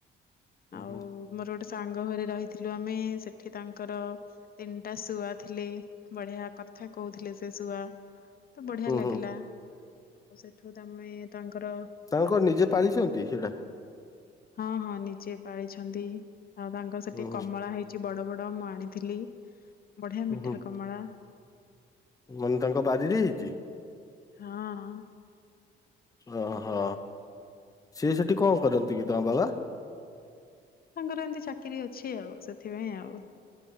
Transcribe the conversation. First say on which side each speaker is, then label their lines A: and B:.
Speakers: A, on the left (about 50°); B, on the left (about 15°).
A: ଆଉ
B: ହୁଁ
A: ମୋର ଗୋଟେ ସାଙ୍ଗ ଘରେ ରହିଥିଲୁ ଆମେ ସେଠି ତାଙ୍କର ତିନ ଟା ଶୁଆ ଥିଲେ ବଢିଆ କଥା କହୁଥିଲେ ସେ ଶୁଆ। ତ ବଢିଆ
B: ହୁଁ
A: ଲାଗିଲା
B: ହୁଁ
A: ଆଉ ସେଠୁ ତମେ ତାଙ୍କର
B: ତାଙ୍କର ନିଜେ ପାଳିଛନ୍ତି ସେଇଟା?
A: ହଁ ହଁ ନିଜେ ପାଳିଛନ୍ତି ଆଉ ତାଙ୍କର ସେଠି
B: ହୁଁ ହୁଁ
A: କମଳା ହେଇ ଚି ବଡ ବଡ ମୁଁ ଆଣିଥିଲି ବଢିଆ ମିଠା
B: ହୁଁ।
A: କମଳା।
B: ମାନେ ତାଙ୍କ ବାରିରେ ହେଇଚି।
A: ହଁ।
B: ଅ ହ ସିଏ ସେଠି କଣ କରନ୍ତି କି ତାଙ୍କ ବାବା?
A: ତାଙ୍କର ଏମିତି ଚାକିରି ଅଛି ଆଉ ସେଥିପାଇଁ ଆଉ।